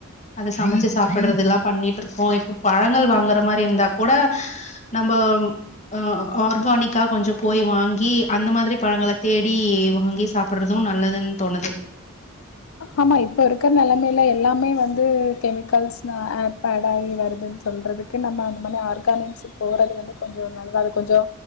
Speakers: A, on the left (about 35°); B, on the left (about 75°).
A: அது சமச்சு சாப்பிட்றது எல்லா பண்ணிட்டு இருக்கோ இப்போ பழங்கள் வாங்குற மாரி இருந்தா கூட நம்ம அ ஆர்கானிக்கா கொஞ்ச போய் வாங்கி அந்த மாதிரி பழங்கள தேடி வாங்கி சாப்பிட்றது நல்லதுன் தோணுது
B: ஆமா இப்ப இருக்குற நிலைமைல எல்லாமே வந்து கெமிக்கல்ஸ் ஆட் பேட் ஆகி வருதுன் சொல்றதுக் கு நம்ம அந்த மாரி ஆர்கானிக்ஸ் போறது வந்து கொஞ்சோநல்லா அது கொஞ்சோ